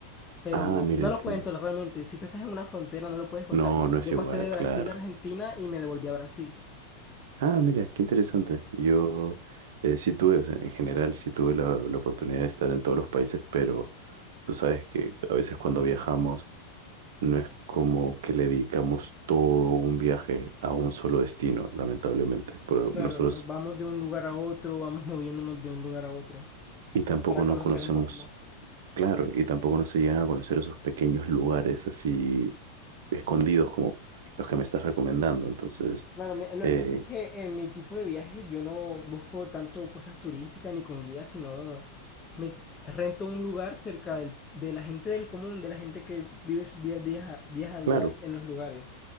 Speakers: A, on the left; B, on the right.
A: Pero
B: Ah, mira,
A: no
B: entiendo.
A: lo cuento realmente. Si tú estás en una frontera, no lo puedes contar.
B: No,
A: Yo,
B: no es
A: yo
B: igual,
A: pasé de Brasil
B: claro.
A: a Argentina y me devolví a Brasil.
B: Ah, mira, qué interesante. Yo eh, sí tuve, o sea, en general, sí tuve la, la oportunidad de estar en todos los países, pero tú sabes que a veces cuando viajamos No es como que le dedicamos todo un viaje a un solo destino, lamentablemente. Pero
A: Claro,
B: nosotros,
A: nos vamos de un lugar a otro, vamos moviéndonos de un lugar a otro
B: y tampoco
A: para conocer
B: no conocemos,
A: un poco más.
B: claro, y tampoco no se llegan a conocer esos pequeños lugares así escondidos como los que me estás recomendando. Entonces,
A: Claro, mira, lo
B: eh,
A: que pasa es que en mi tipo de viaje yo no busco tanto cosas turísticas ni con guías, sino me rento un lugar cerca del- de la gente del común, de la gente que vive sus días, días, a, días a día
B: claro,
A: en los lugares.